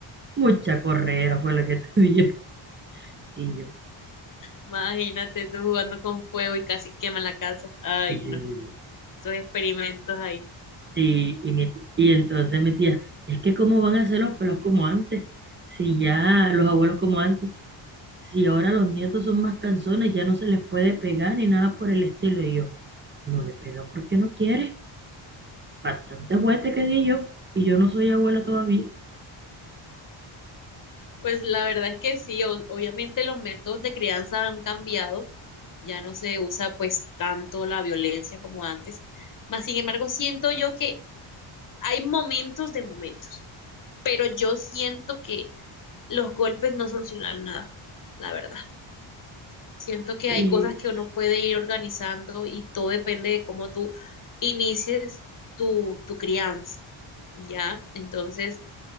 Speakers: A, on the right (about 25°); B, on the left (about 40°).
A: Mucha correa fue la que <laughs> te dio. Y yo,
B: Imagínate tú jugando con fuego y casi quema la casa. Ay,
A: y sí,
B: no,
A: sí, sí.
B: esos experimentos ahí.
A: Sí, y, mi- y entonces mi tía, es que cómo van a ser los pelos como antes, si ya los abuelos como antes, si ahora los nietos son más canzones, ya no se les puede pegar ni nada por el estilo. Y yo, no le pega porque no quiere. Bastante juguete que di yo, y yo no soy abuela todavía.
B: Pues la verdad es que sí, o- obviamente los métodos de crianza han cambiado, ya no se usa pues tanto la violencia como antes. Mas sin embargo, siento yo que hay momentos de momentos, pero yo siento que los golpes no solucionan nada, la verdad. Siento que
A: Pues,
B: hay cosas que uno puede ir organizando y todo depende de cómo tú inicies tu, tu crianza, ¿ya? Entonces,